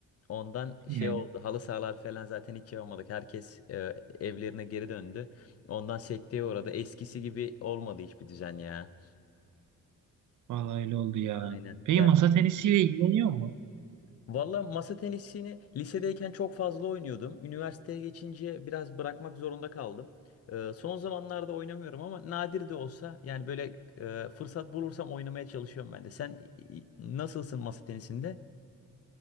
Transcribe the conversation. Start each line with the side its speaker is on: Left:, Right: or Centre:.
Left: Ondan
Right: Yani
Left: şey oldu. Halı sahalar falan zaten hiç yapamadık. Herkes e, evlerine geri döndü. Ondan sekteye uğradı. Eskisi gibi olmadı hiçbir düzen ya.
Right: Vallahi öyle oldu ya.
Left: Aynen.
Right: Peki
Left: Ger
Right: masa tenisiyle ilgileniyor mu?
Left: Valla masa tenisini lisedeyken çok fazla oynuyordum. Üniversiteye geçince biraz bırakmak zorunda kaldım. Ee, son zamanlarda oynamıyorum ama nadir de olsa yani böyle e, fırsat bulursam oynamaya çalışıyorum ben de. Sen i- i- nasılsın masa tenisinde?